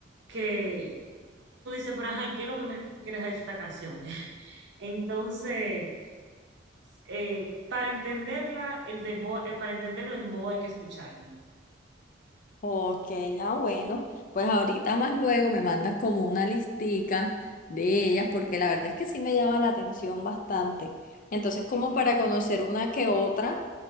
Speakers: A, on the right (about 65°); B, on the left (about 45°).
A: que tú dices, pero ay, ¿qué es lo que me quieres decir esta canción? <laughs> Entonces eh, para entenderla, el demo, eh, para entenderlo, el dembow hay que escucharlo.
B: Ok, ah bueno, pues ahorita más luego me mandas como una listica de ellas porque la verdad es que sí me llama la atención bastante. Entonces, como para conocer una que otra,